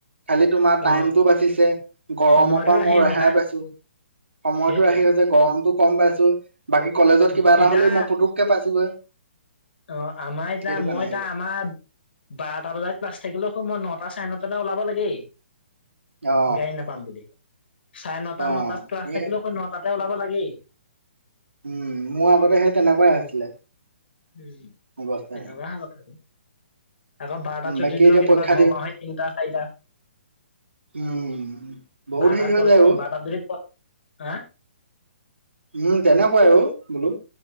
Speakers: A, on the right; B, on the left.
A: খালি তোমাৰ টাইমটো
B: অ
A: বাচিছে গৰমৰ
B: সময়তো
A: পৰা
B: ৰাহি
A: মই ৰেহাই
B: হয় না
A: পাইছো সময়তো
B: সেইটোৱে
A: আহি হৈছে গৰমটো কম পাইছো বাকী কলেজত
B: উম
A: কিবা এটা
B: এতিয়া
A: হ'লে মই পুটুককে পাইছোগৈ
B: অ আমাৰ এতিয়া
A: সেইটো
B: মই
A: কাৰণে
B: এতিয়া
A: আহি
B: আমাৰ বাৰটা বজাত ক্লাছ থাকিলেও হয় মই নটা টা চাই নটাতেই ওলাব লাগেই
A: অ
B: গাড়ী নাপাম বুলি চাৰে নটা
A: অ
B: নটাত ক্লাছ
A: এ
B: থাকিলেও মই নটাত ওলাব লাগেই
A: উম মোৰ আগতে সেই তেনেকুৱাই হৈছিলে
B: উম
A: অৱস্থা
B: তেনেকুৱা
A: নাই।
B: হ কথা আৰু আকৌ বাৰটা
A: উম
B: চুটি
A: বাকী
B: দিলেও
A: এতিয়া
B: কেতিয়াবা
A: পৰীক্ষা
B: ঘৰ
A: দিওঁ
B: মাওহি তিনিটা চাৰিটা
A: উম বহুত
B: বাদাৰ
A: হেৰি হৈ
B: কৰে
A: যায় অ
B: বাদাৰ দৰে হা
A: উম তেনেকুৱাই অ বোলো